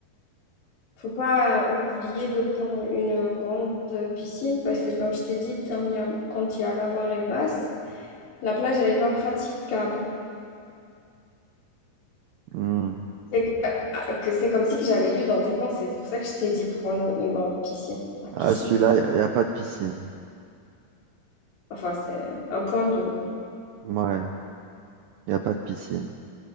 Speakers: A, on the left; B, on the right.
A: Faut pas oublier de prendre une grande piscine parce que comme je t'ai dit, quand il y a, quand il y a la marée basse, la plage, elle est pas praticable.
B: Hmm.
A: C'est que, ah, que c'est comme si que j'avais lu dans tes pensées. C'est pour ça que je t'ai dit, prends-nous une grande piscine. Enfin,
B: Ah,
A: piscine.
B: celui-là, il n'y y a pas de piscine.
A: Enfin, c'est un point d'eau.
B: Ouais, il n'y a pas de piscine.